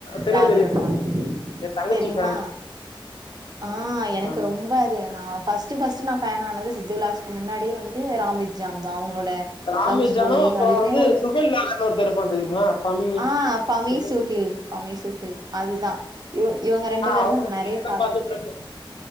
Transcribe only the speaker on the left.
தெரியும்,
தெரியும்,
தெரியும். என் தங்கச்சி
ஃபேன்.
ஆமா.
ராம்வெஜ்
அணு அப்புறம்
வந்து
சுஹைல் நாகர்னு ஒருத்தன் இருப்பான் தெரியுமா? தமிழ்
சுஹைல்.
அவங்களோட
ரீல்ஸதா
பாத்துட்ருக்கே